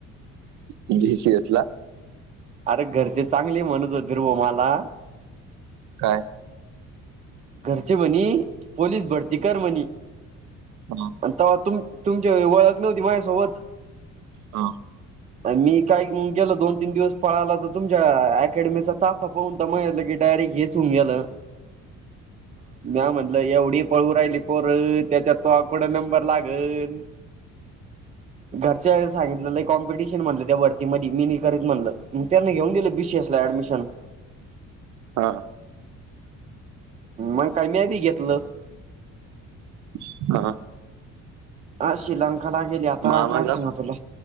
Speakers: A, on the right; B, on the right.
A: बी सी एस ला!
B: अरे घरचे चांगली म्हणत होते रे भो माला.
A: काय!
B: घरचे म्हनी पोलीस भरती कर म्हनी.
A: हां...
B: अन् तवा तुमची ओळख नव्हती माझ्यासोबत.
A: हा...
B: मी कायग गेलं दोन, तीन दिवस पळाला तर तुमच्या अकॅडमीचा ताफा पाहून <unintelligible> डायरेक्ट हेच <unintelligible> म्या म्हटलं एवढी पळू राहिली पोर त्याच्यात <unintelligible> नंबर लागला ह घरच्या सांगितलेल कॉम्पिटिशन म्हणलं त्या वरती मी नाही करीत म्हणलं, मग त्याना घेऊन दिलं बीसीएस ला ऍडमिशन.
A: हा...
B: मग काय म्या बी बी घेतलं.
A: हा.
B: अशी लंकाला गेली आत
A: मामाचा
B: काय सांगा तुला.